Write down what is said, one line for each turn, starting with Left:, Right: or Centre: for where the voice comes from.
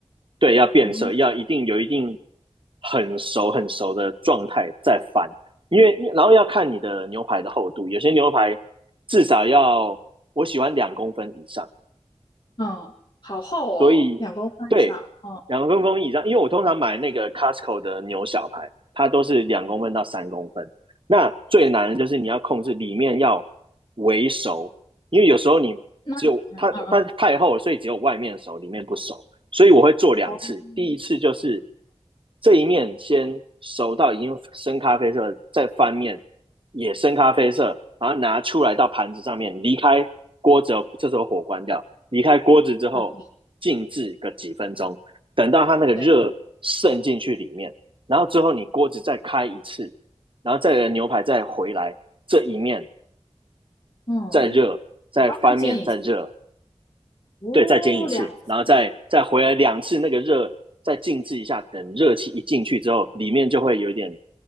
Right: 对，要变色，
Left: 嗯
Right: 要一定有一定很熟很熟的状态再翻，因为然后要看你的牛排的厚度，有些牛排至少要我喜欢两公分以上，
Left: 嗯，好厚哦，
Right: 所以对两公分以上，
Left: 两公分以上。嗯。
Right: 因为我通常买那个 Costco 的牛小排，它都是两公分到三公分。那最难的就是你要控制里面要微熟，因为有时候你只有它它太厚了，
Left: 那嗯嗯嗯
Right: 所以只有外面熟，里面不熟。所以我会做两次，
Left: 哦，嗯
Right: 第一次就是这一面先熟到已经深咖啡色，再翻面也深咖啡色，然后拿出来到盘子上面，离开锅之后，这时候火关掉，离开锅子之后静置个几分钟，
Left: 嗯，
Right: 等到它那个热渗进去里面，
Left: 对，
Right: 然后之后你锅子再开一次，然后再牛排再回来这一面
Left: 嗯，
Right: 再热，再翻面再热，
Left: 我再煎一次哦，
Right: 对，再煎一次，
Left: 两次，
Right: 然后再再回来两次，那个热再静置一下，等热气一进去之后，里面就会有点